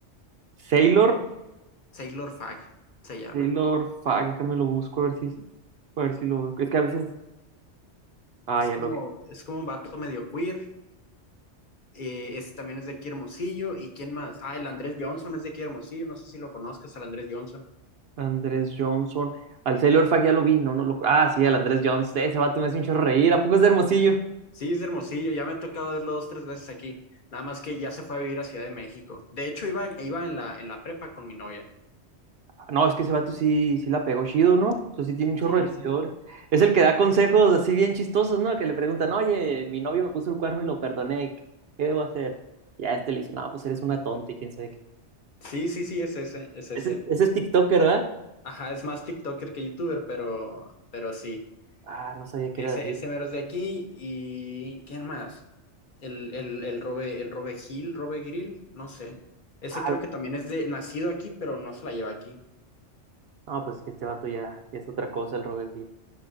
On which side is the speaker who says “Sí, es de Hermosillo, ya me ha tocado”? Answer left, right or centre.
Left